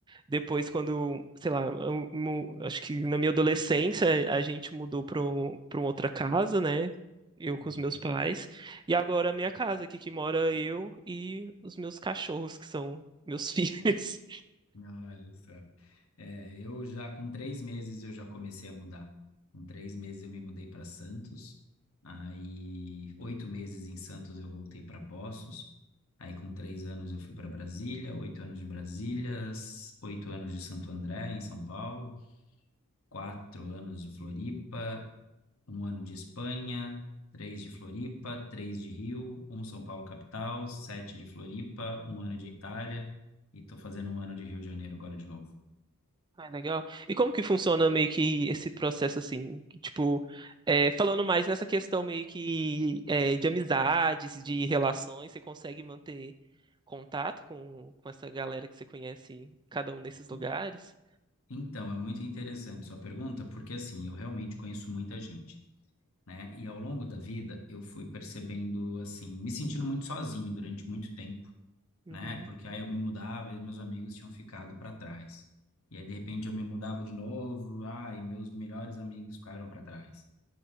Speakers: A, on the right; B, on the left.
A: Depois, quando, sei lá, eu mu- acho que na minha adolescência a gente mudou para para outra casa, né? Eu com
B: Uhum.
A: os meus pais. E agora a minha casa aqui que mora eu e os meus cachorros, que são meus <laughs> filhos.
B: Olha só. É, eu já com três meses eu já comecei a mudar. Com três meses eu me mudei para Santos. Aí oito meses em Santos eu voltei para Poços. Aí com três anos eu fui para Brasília, oito anos de Brasília, s- oito anos de Santo André em São Paulo, quatro anos de Floripa, um ano de Espanha, três de Floripa, três de Rio, um São Paulo capital, sete de Floripa, um ano de Itália e tô fazendo um ano de Rio de Janeiro agora de novo.
A: Ah, legal. E como que funciona meio que esse processo assim, que, tipo, é, falando mais nessa questão meio que é, de amizades, de relações, você consegue manter contato com, com essa galera que você conhece, cada um desses lugares?
B: E- Então, é muito interessante sua pergunta, porque assim, eu realmente conheço muita gente, né? E ao longo da vida, eu fui percebendo, assim, me sentindo muito sozinho durante muito tempo,
A: Uhum.
B: né? Porque aí eu me mudava e meus amigos tinham ficado para trás. E aí, de repente, eu me mudava de novo, ah, e meus melhores amigos ficaram para trás.